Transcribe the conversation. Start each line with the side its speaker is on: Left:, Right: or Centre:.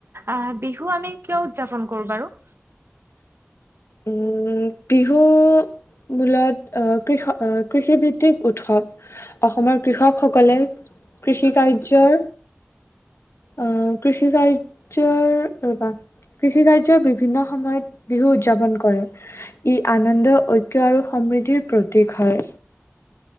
Right: আহ বিহু আমি কিয় উদযাপন কৰো বাৰু?
Left: উম বিহু মূলত আহ কৃষ আহ কৃষিভিত্তিক উৎসৱ অসমৰ কৃষকসকলে কৃষি কাৰ্য্যৰ আহ কৃষি কাৰ্যৰ কৃষি কাৰ্যৰ বিভিন্ন সময়ত বিহু উদযাপন কৰে। ই আনন্দ ঐক্য আৰু সমৃদ্ধিৰ প্ৰতীক হয়।